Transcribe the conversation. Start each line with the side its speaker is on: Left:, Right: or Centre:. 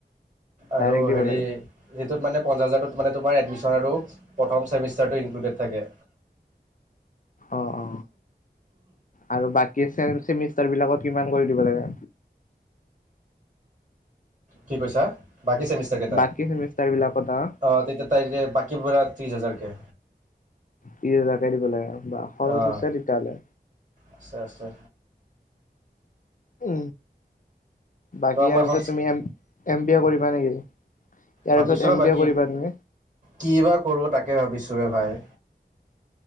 Right: আৰু
Left: ডাইৰেক্ট দিব
Right: হে
Left: লাগে।
Right: সেইটোত মানে পাজাৰ। মানে তোমাৰ এডমিশ্যন আৰু প্ৰথম চেমিষ্টাৰটো ইনক্লুডেড থাকে।
Left: অ অ আৰু বাকী চ। বিলাকত কিমান কৰি দিব লাগে।
Right: কি কৈছা বাকী চেমিষ্টাৰ কেইটাত
Left: বাকী চেমিষ্টাৰ বিলাকত আ
Right: অতি তাৰিখে বাকী পুৰা ত্ৰিশ হাজাৰ কে
Left: পিছ হজাৰাকে দিব লাগে বা খৰচ
Right: অঁ
Left: আছে তেতিয়াহলে।
Right: আছে আছে
Left: উ বাকী
Right: তো
Left: ইয়াৰ
Right: মই এখন
Left: পিছত তুমি এম বি এ কৰিবা নেকি? ইয়াৰ
Right: ভাবিছো
Left: পিছত এম
Right: ৰ বাকী
Left: বি এ কৰিবা তুমি?
Right: কি বা কৰো তাকে ভাবিছোৱে ভাই।